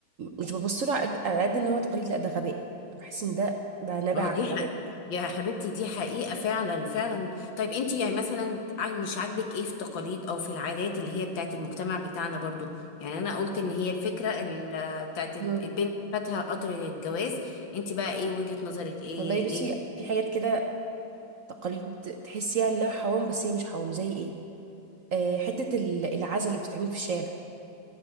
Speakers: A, on the right; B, on the left.
A: مش ببص له على قد على قد ان هو تقليد لا ده غباء بحس ان ده ده نابع
B: ما هو
A: عن
B: دي
A: غباء
B: حق يا حبيبتي دي حقيقة فعلا فعلا طيب انتي يعني مثلا عاج- مش عاجبك ايه في التقاليد او في العادات اللي هي بتاعت المجتمع بتاعنا برضو يعني انا قلت ان هي الفكرة ال- بتاعت الب-
A: مم.
B: البنت فاتها قطر الجواز انتي بقى ايه وجهة نظرك ايه
A: والله بصي
B: ايه
A: في حاجات كده تقاليد تحسيها انها حرام بس هي مش حرام زي ايه آه حته ال- العزا اللي بتتعمل في الشارع ده